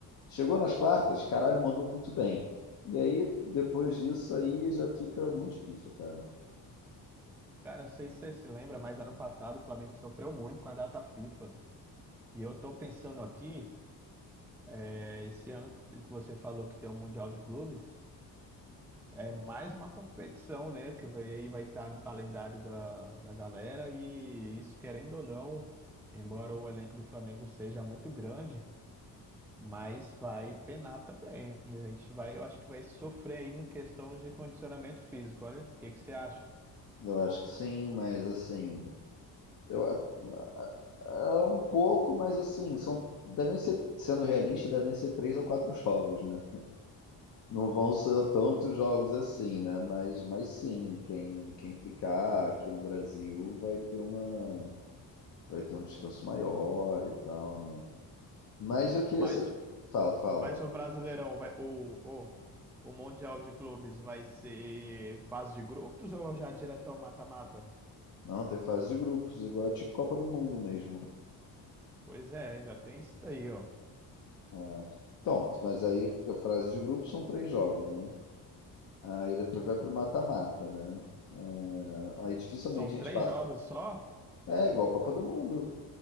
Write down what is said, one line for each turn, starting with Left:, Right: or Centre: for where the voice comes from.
Left: Chegou nas quartas, caralho, mandou muito bem. E aí, depois disso, aí já fica muito difícil, cara.
Centre: Cara, não sei se você se lembra, mas ano passado o Flamengo sofreu muito com a data FIFA. E eu tô pensando aqui, é, esse ano que você falou que tem um Mundial de Clubes, É mais uma competição, né, que vai vai estar no calendário da, da galera e isso, querendo ou não, embora o elenco do Flamengo seja muito grande, mas vai penar também. E A gente vai, eu acho que vai sofrer aí em questão de condicionamento físico. Olha, o que que você acha?
Left: Eu acho que sim, mas assim, eu, é um pouco, mas assim, são, devem ser, sendo realista, devem ser três ou quatro jogos, né? Não vão ser tantos jogos assim, né? Mas, mas sim, quem, quem ficar aqui no Brasil vai ter uma, vai ter um descanso maior e tal, né? Mas eu queria
Centre: Mas,
Left: saber. Fala, fala.
Centre: mas o Brasileirão vai, o, o, o Mundial de Clubes vai ser fase de grupos ou já direto ao mata-mata?
Left: Não, tem fase de grupos, igual é tipo Copa do Mundo mesmo.
Centre: Pois é, ainda tem isso daí, ó.
Left: É. Então, mas aí a fase de grupos são três jogos, né? Aí depois vai pro mata-mata, né? É, Aí dificilmente
Centre: São
Left: a gente
Centre: três
Left: passa.
Centre: jogos só?
Left: É igual a Copa do Mundo,